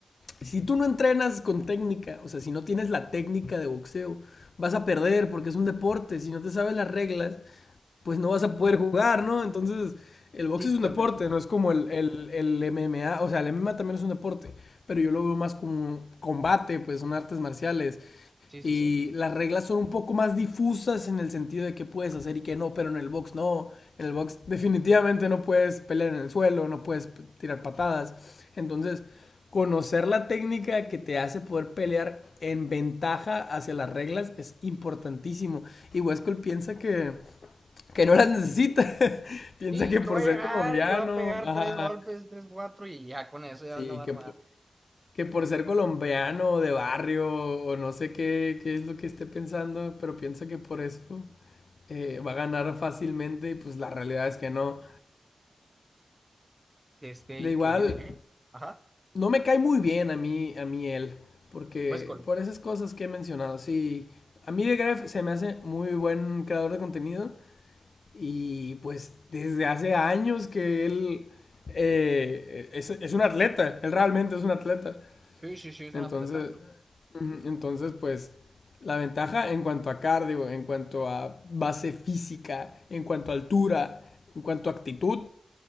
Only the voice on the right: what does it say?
Sí,
totalmente.
Sí,
sí, sí.
Sí,
que va a
llegar,
que va a pegar
tres golpes, tres, cuatro, y ya con eso ya
la va
a armar.
Este,
increíble,
¿eh? Ajá.
Westcol.
Sí, sí, sí, es
un atleta.